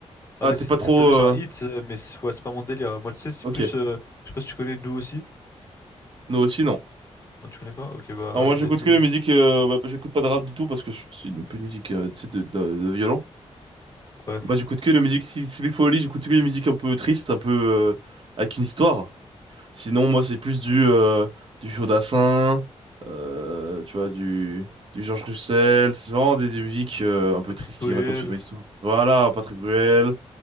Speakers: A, on the left; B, on the right.
A: Allez,
B: Ah, t'es
A: c'est-
B: pas
A: c'est-
B: trop.
A: t'as vu,
B: euh,
A: c'est un hit, euh, mais c'est ouais, c'est pas mon délire. Moi, tu sais, c'est
B: Ok.
A: plus. euh, je sais pas si tu connais Nous aussi.
B: Nous aussi, non.
A: Non, tu connais pas? Ok, bah,
B: Alors moi
A: il
B: j'écoute
A: y a Nous.
B: que les musiques, euh, bah, j'écoute pas de rap du tout parce que je trouve que c'est une peu une musique euh, tu sais, de, de, de violon.
A: Ouais.
B: Moi, j'écoute que la musique, si si il faut au lit, j'écoute que les musiques un peu tristes, un peu euh, avec une histoire. Sinon, moi, c'est plus du euh, du Jodassin, euh, tu vois, du du Georges Russel. C'est vraiment des, des musiques euh, un peu
A: Patrick
B: tristes
A: Bruel.
B: qui racontent une vraie histoire. Voilà, Patrick Bruel,